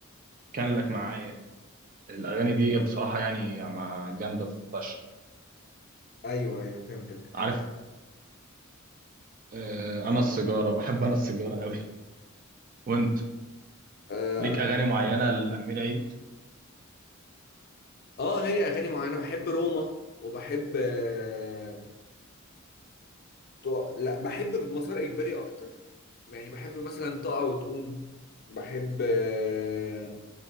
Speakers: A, on the right; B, on the left.
A: كان لك معايا الاغاني دي بصراحه يعني مع جامده فشخ
B: ايوه ايوه فهمتك
A: عارف آه انا السيجاره بحب انا السيجاره قوي <laughs> وانت
B: آه
A: ليك
B: انا
A: اغاني معينه لامير عيد
B: اه هي اغاني معينه بحب روما وبحب آه... طو... لا بحب مسار اجباري اكتر يعني بحب مثلا تقع وتقوم بحب آه...